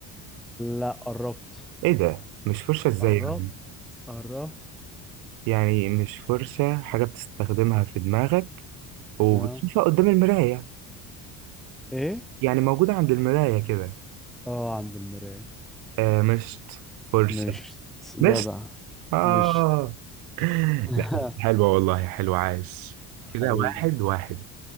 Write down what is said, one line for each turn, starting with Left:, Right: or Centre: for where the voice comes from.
Centre: لا قربت
Right: ايه ده مش فرشة ازاي
Centre: قربت
Right: يعني
Centre: قربت
Right: يعني مش فرشة حاجة بتستخدمها في دماغك وبتشوفها
Centre: اه
Right: قدام المراية
Centre: ايه
Right: يعني موجودة عند المراية كده
Centre: اه عند المرايه
Right: آه مشط فرشة
Centre: مش جدع
Right: مشط آه
Centre: مش
Right: <laughs>
Centre: <laughs>
Right: لا بس حلوة والله حلوة عايش
Centre: حبيبي
Right: كده واحد واحد